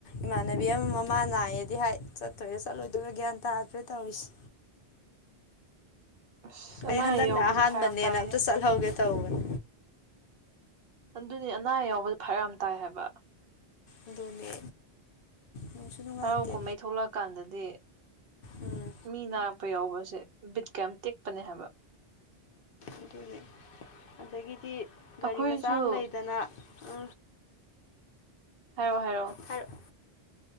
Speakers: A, on the left; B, on the right.
A: ꯏꯃꯥꯟꯅꯕꯤ ꯑꯃ ꯃꯃꯥ ꯅꯥꯏꯌꯦꯗꯤ ꯍꯥꯏ ꯆꯠꯇꯣꯏꯔꯦ ꯆꯠꯂꯣꯏꯗꯣꯏꯔꯥ ꯒ꯭ꯌꯥꯟ ꯇꯥꯗ꯭ꯔꯦ ꯇꯧꯔꯤꯁꯦ
B: ꯑꯁ ꯑꯅꯥ
A: ꯑꯩ ꯍꯟꯗꯛꯅ
B: ꯑꯌꯦꯛ ꯌꯥꯎꯕꯁꯦ
A: ꯑꯍꯥꯟꯕꯅꯦꯅ
B: ꯐꯔꯛ ꯌꯥꯝ ꯇꯥꯏꯅꯦ
A: ꯑꯝꯇ ꯆꯠꯍꯧꯒꯦ ꯇꯧꯕꯅꯦ
B: ꯑꯗꯨꯅꯤ ꯑꯅꯥ ꯑꯌꯦꯛ ꯌꯥꯎꯕꯖꯦ ꯐꯔꯛ ꯌꯥꯝ ꯇꯥꯏ ꯍꯥꯏꯕ
A: ꯑꯗꯨꯅꯦ ꯅꯨꯡꯁꯨ ꯅꯨꯡꯉꯥꯏꯇꯦ
B: ꯍꯔꯥꯎ ꯀꯨꯝꯍꯩ ꯊꯣꯛꯂꯛ ꯀꯥꯟꯗꯗꯤ
A: ꯎꯝ
B: ꯃꯤ ꯅꯥꯔꯛꯄ ꯌꯥꯎꯕꯁꯦ ꯕꯤꯠ ꯀꯥ ꯌꯥꯝ ꯇꯦꯛꯄꯅꯦ ꯍꯥꯏꯕ
A: ꯑꯗꯨꯅꯤ ꯑꯗꯒꯤꯗꯤ ꯒꯥꯔꯤ
B: ꯑꯩꯈꯣꯏꯁꯨ
A: ꯃꯆꯥ ꯑꯃ ꯂꯩꯗꯅ ꯎ
B: ꯍꯥꯏꯔꯛꯑꯣ ꯍꯥꯏꯔꯛꯑꯣ
A: ꯍꯥꯏꯔꯛ